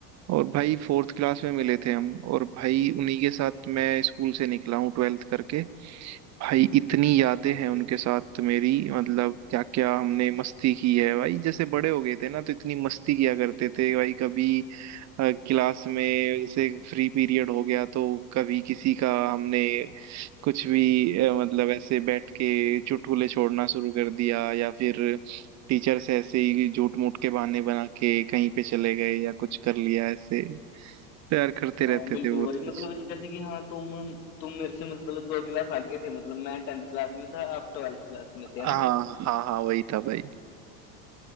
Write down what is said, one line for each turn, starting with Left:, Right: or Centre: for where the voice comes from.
Right: और भाई फोर्थ क्लास में मिले थे हम और भाई उन्हीं के साथ मैं स्कूल से निकला हूँ ट्वेल्थ करके भाई इतनी यादें हैं उनके साथ मेरी मतलब क्या क्या हमने मस्ती की है भाई जैसे बड़े हो गए थे ना तो इतनी मस्ती किया करते थे भाई कभी अ, क्लास में जैसे फ्री पीरियड हो गया तो कभी किसी का हमने कुछ भी अ, मतलब ऐसे बैठ के चुटकुले छोड़ना शुरू कर दिया या फिर टीचर से ऐसे ही झूठ मूठ के बहाने बना के कहीं पे चले गए या कुछ कर लिया ऐसे तैयार करते रहते
Left: हाँ बिल्कुल
Right: थे बहुत
Left: वही
Right: कुछ
Left: मतलब जैसे कि हाँ तुम तुम मेरे से मतलब दो क्लास आगे थे मतलब मैं टेंथ क्लास में था आप ट्वेल्थ क्लास में थे है
Right: हाँ
Left: ना
Right: हाँ हाँ वही था भाई